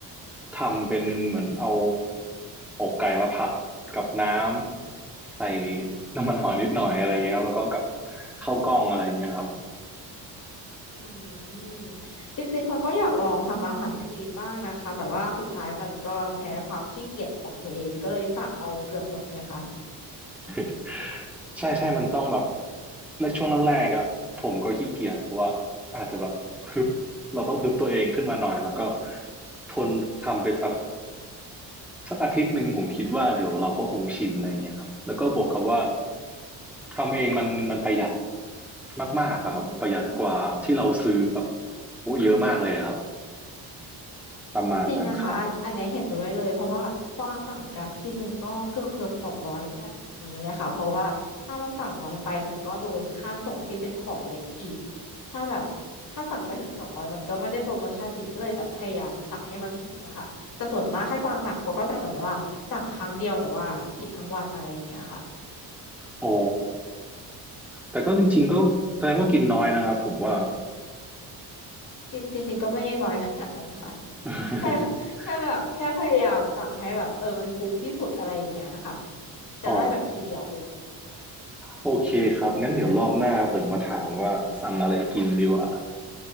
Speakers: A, in the centre; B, on the left.
A: ทำเป็นเหมือนเอาอกไก่มาผัดกับน้ำใส่น้ำมันหอยนิดหน่อยอะไรเงี้ยครับแล้วก็กับข้าวกล้องอะไรเงี้ยครับ
B: อืมจริงๆกวางก็อยากลองทำอาหารคลีนบ้างนะคะแต่ว่าสุดท้ายมันก็แพ้ความขี้เกียจของตัวเองก็เลยสั่งเอาเกือบหมดเลยค่ะ
A: <laughs> ใช่ใช่มันต้องแบบแรกช่วงแรกๆอ่ะผมก็ขี้เกียจเพราะว่าอาจจะแบบฮึบเราต้องฮึบตัวเองขึ้นมาหน่อยแล้วก็ทนทำไปสัก สักอาทิตย์หนึ่งผมคิดว่าเดี๋ยวเราก็คงชินอะไรเงี้ยครับแล้วก็บวกกับว่าทำเองมันมันประหยัดมากๆครับประหยัดกว่าที่เราซื้อแบบ
B: อืม
A: โอ้เยอะมากเลยครับประมาณนั้นครับ
B: จริงนะคะอันอันเนี้ยเห็นด้วยเลยเพราะว่ากวางสั่งแกร็บที่หนึ่งก็เกือบเกือบสองร้อยแทบทุกมื้อเลยค่ะเพราะว่าถ้าเราสั่งน้อยไปมันก็โดนค่าส่งที่เป็นของเล็กอีกถ้าแบบถ้าสั่งไม่ถึงสองร้อยมันก็ไม่ได้โปรโมชั่นอีกก็เลยแบบพยายามสั่งให้มันถึงอะค่ะแต่ส่วนมากถ้ากวางสั่งกวางก็จะเหมือนว่าสั่งครั้งเดียวแต่ว่ากินทั้งวันอะไรอย่างเงี้ยค่ะ
A: อ๋อแต่ก็จริงๆก็แสดงว่ากินน้อยนะครับผมว่า
B: จริงจริงๆก็ไม่ได้น้อยขนาดนั้นนะคะ
A: <laughs>
B: <laughs> แค่แค่แบบแค่พยายามสั่งให้แบบเออมันคุ้มที่สุดอะไรอย่างเงี้ยค่ะจะได้แบบทีเดียว
A: อ๋อโอเคครับงั้นเดี๋ยวรอบหน้าผมมาถามว่าสั่งอะไรกินดีกว่า